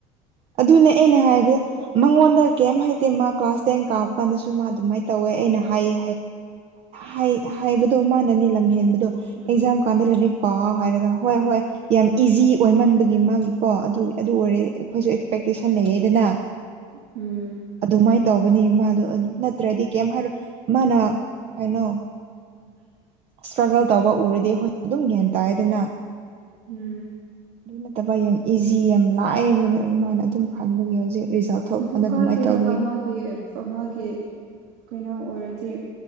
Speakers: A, on the right; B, on the right.
A: ꯑꯗꯨꯅꯦ ꯑꯩꯅ ꯍꯥꯏꯕꯗ ꯃꯉꯣꯟꯗ ꯀꯩꯝ ꯍꯥꯏꯇꯦ ꯃꯥ ꯀ꯭ꯂꯥꯁ ꯇꯦꯟ ꯀꯥꯕ ꯃꯄꯥꯟꯗꯁꯨ ꯃꯥ ꯑꯗꯨꯃꯥꯏꯅ ꯇꯧꯋꯦ ꯑꯩꯅ ꯍꯥꯏꯌꯦ ꯍꯥꯏꯌꯦ ꯍꯥꯏꯕꯗꯣ ꯃꯥꯅꯅꯤ ꯂꯝꯍꯦꯟꯕꯗ ꯑ
B: ꯎꯝ
A: ꯑꯦꯛꯖꯥꯝ ꯀꯥꯟꯗ ꯂꯥꯏꯔꯤꯛ ꯄꯥꯎ ꯍꯥꯏꯔꯒ ꯍꯣꯏ ꯍꯣꯏ ꯌꯥꯝ ꯏꯖꯤ ꯑꯣꯏꯃꯟꯕꯒꯤ ꯃꯥꯒꯤ ꯀꯣ ꯑꯗꯨ ꯑꯣꯏꯔꯦ ꯑꯩꯈꯣꯏꯁꯨ ꯑꯦꯁꯄꯦꯛꯇꯦꯁꯟ ꯂꯩꯌꯦꯗꯅ
B: ꯎꯝ
A: ꯑꯗꯨꯃꯥꯏꯅ ꯇꯧꯕꯅꯤ ꯃꯥꯗꯣ ꯅꯠꯇ꯭ꯔꯗꯤ ꯀꯩꯝ ꯍꯥꯏꯔꯣ ꯃꯥꯅ ꯀꯩꯅꯣ
B: ꯎꯝ
A: ꯏꯁꯇ꯭ꯔꯒꯜ ꯇꯧꯕ ꯎꯔꯗꯤ ꯑꯩꯈꯣꯏ ꯑꯗꯨꯝ ꯒ꯭ꯌꯥꯟ ꯇꯥꯏ ꯑꯗꯨꯅ
B: ꯎꯝ
A: ꯑꯗꯨ ꯅꯠꯇꯕ ꯌꯥꯝ ꯏꯖꯤ ꯌꯥꯝ ꯂꯥꯛꯑꯕ ꯃꯥꯅ ꯑꯗꯨꯝ ꯈꯟꯕꯒꯤ ꯍꯧꯖꯤꯛ ꯔꯤꯖꯜ ꯊꯣꯛꯄ
B: ꯑꯗꯨ
A: ꯀꯥꯟꯗ
B: ꯀꯥꯏꯗꯦ
A: ꯑꯗꯨꯃꯥꯏꯅ ꯇꯧꯕꯒꯤ
B: ꯍꯥꯏꯕ ꯑꯃꯒꯤ ꯑꯃꯒꯤ ꯀꯩꯅꯣ ꯑꯣꯏꯔꯗꯤ